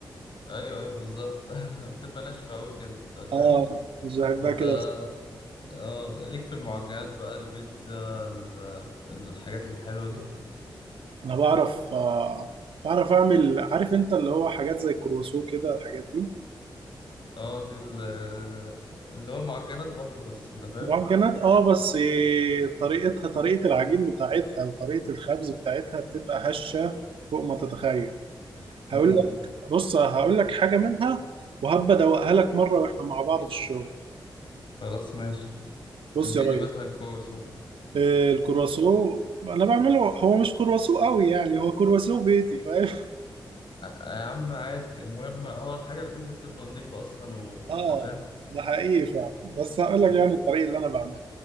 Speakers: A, on the left (about 60°); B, on the right (about 75°).
A: ايوه ايوه بالظبط <laughs> بتبقى ناشفه قوي كده انت فاهم
B: اه مش بحبها
A: انت
B: كده بس
A: اه ليك في المعجنات بقى البيتزا ال- الحاجات الحلوه دي
B: انا بعرف آه بعرف اعمل عارف انت اللي هو حاجات زي الكرواسون كده الحاجات دي
A: اه دي ال- اللي هو معجنات برضه بس انت فاهم
B: معجنات اه بس آه، طريقتها طريقه العجين بتاعتها وطريقه الخبز بتاعتها بتبقى هشه فوق ما تتخيل هقول
A: امم
B: بص هقول لك حاجة منها وهبقى ادوقها لك مرة واحنا مع بعض في الشغل
A: خلاص ماشي
B: بص
A: اديني
B: يا ريس
A: مثلا كوسه سوق
B: آه، الكرواسون انا بعمله هو مش كرواسون قوي يعني هو كرواسون بيتي فاهم
A: أ- يا عم عادي المهم هو الحاجة البيت بتبقى نظيفة أصلا
B: <laughs>
A: و- وأنت
B: اه
A: فاهم
B: ده حقيقي فعلا بس هقول لك
A: مم.
B: يعني الطريقة اللي انا بعملها